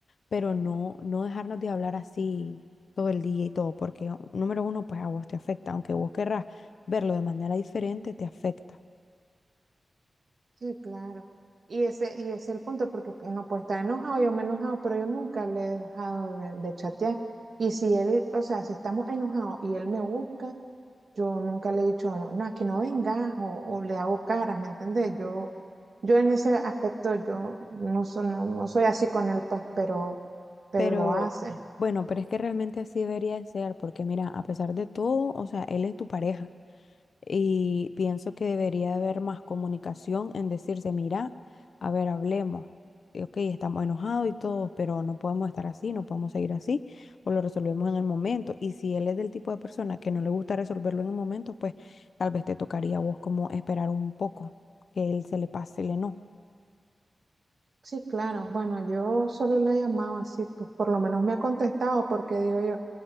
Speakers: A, on the left; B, on the right.
A: pero no, no dejarnos de hablar así todo el día y todo, porque o- número uno, pues a vos te afecta, aunque vos querrás verlo de manera diferente, te afecta.
B: Sí, claro. Y ese, y ese es el punto, porque uno puede estar enojado, yo me he enojado, pero yo nunca le he dejado de, de chatear. Y si él, o sea, si estamos enojados y él me busca, yo nunca le he dicho, no, no, aquí no vengas, o, o le hago caras, ¿me entiendes? Yo, yo en ese aspecto, yo no, so- no, no soy así con él, pues, pero, pero
A: Pero
B: lo hace.
A: bueno, pero es que realmente así debería de ser, porque mira, a pesar de todo, o sea, él es tu pareja. Y pienso que debería haber más comunicación en decirse, mira, a ver, hablemos. Eh, Ok, estamos enojados y todos, pero no podemos estar así, no podemos seguir así, o lo resolvemos en el momento. Y si él es del tipo de persona que no le gusta resolverlo en el momento, pues tal vez te tocaría a vos como esperar un poco que él se le pase el no
B: Sí, claro. Bueno, yo solo lo he llamado así, pues por lo menos me ha contestado, porque digo yo.